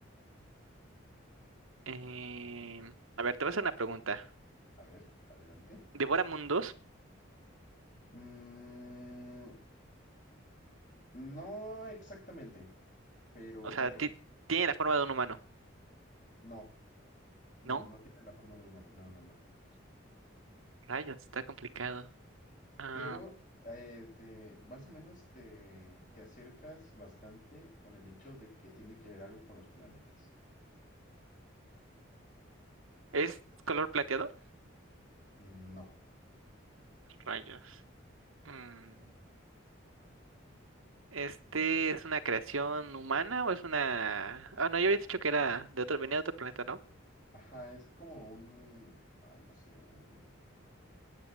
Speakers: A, on the right; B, on the left.
A: Em,
B: Ok.
A: a ver, te voy a hacer una pregunta.
B: A ver, adelante.
A: ¿Devora mundos?
B: Mm, no exactamente, pero
A: O sea,
B: por ahí
A: ti-
B: va.
A: tiene la forma de un humano,
B: No, no,
A: ¿no?
B: no tiene la forma de un humano, no, no, no.
A: Rayos, está complicado. Ah,
B: Pero eh, te, más o menos te, te acercas bastante con el hecho de que tiene que ver algo con los planetas.
A: ¿es color plateado?
B: No.
A: Rayos. Mm, ¿Este es una creación humana o es una... Ah, no, yo había dicho que era de otro, venía de otro planeta, ¿no?
B: Ajá, es como un, ay, no sé, un,